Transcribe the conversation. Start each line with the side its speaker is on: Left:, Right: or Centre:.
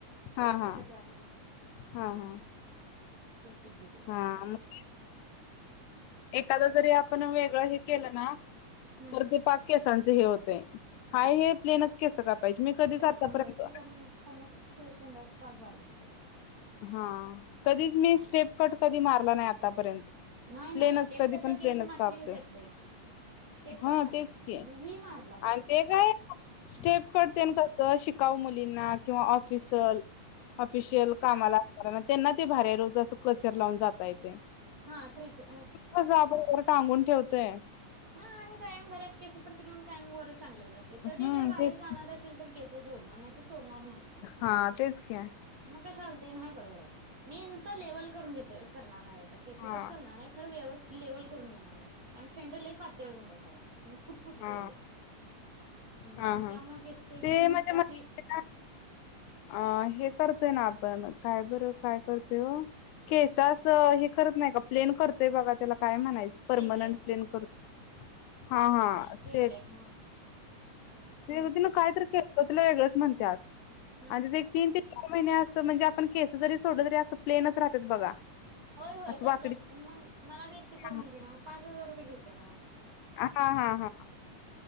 Left: हा
Right: कसाची
Left: हा
Right: वाट लागली
Left: हा हा.
Right: टीप गेली
Left: हा मग एखाद जरी आपण वेगळं हे केलं ना
Right: हम्म
Left: तर ते पाक केसांच हे होतय हाय हे प्लेनच केस का पाहिजे मी कधीच
Right: ट
Left: आतापर्यंत
Right: करून घ्यायची कारण खाल् खळशंडस पाक बारीक दिसाव होता
Left: हा कधीच मी स्टेप कट कधी मारला नाही आतापर्यंत
Right: नाही
Left: प्लेनच
Right: नाही स्टेप
Left: कधी
Right: कटला
Left: पण
Right: केस
Left: प्लेनच
Right: मात्री
Left: कापकय
Right: होत्यात लई स्टेप
Left: हा
Right: कट मारायचा
Left: तेच क
Right: नाही
Left: आहे
Right: मी व्ही मारला होता.
Left: आणि ते काय स्टेप
Right: हम्म
Left: क शा मुलीं किंवा ऑफिल ऑिल कामाला अस त्यांना ते भऱारी रोज असं क्लचर लावून जाता येत
Right: हा क्रेच हा
Left: कस आपणर टांगून ठेवतोय
Right: हा आम्ही कायम घरात केस पडतील म्हणून कायम वरच टांगलेलं असते
Left: हम्म
Right: कधी तरर बाहेर
Left: तेच
Right: जाणार असेल तर केस सोडणार नाही ते सोडणार नाही
Left: हा तेच घ्या
Right: मग कशा आलते नाही बरोबर वाटत मी नुसत लेवल करून घेतो करणार आहे
Left: हा
Right: केस कट करणार आहे खर व्यवस्थित लेवल करून घेणार आहे कारण शेंडलही पातळ झालं आणि फुट फुटलेले
Left: हा
Right: हम्म
Left: हा हा
Right: त्यामुळे कस एकदम
Left: ते म्हणजे म्हणजे
Right: असे
Left: अ हे करतोय ना आपण काय बर काय करतोय केसास हे करत नाही का प्लेन करतोय बघा त्याला काय म्हणायचं. परमनंट
Right: स्ट्रेट लाईन
Left: प्लेन करतो हा हा
Right: स्ट्रेट
Left: से
Right: लाईन हा हम्म
Left: ते तिन कायत केत तिला वेगळंच म्हणतात
Right: हम्म.
Left: आणि तिथ. तीन ते चार महिने अस म्हणजे आपण केस जरी सोडल तरी असं प्लेनच राहतात बघा.
Right: होय होय
Left: असं
Right: करतात
Left: वाकडी
Right: मग मला व्यक्ट करून
Left: हा
Right: देणार मग पाच हजार रुपये घेतात अह.
Left: हा हा ह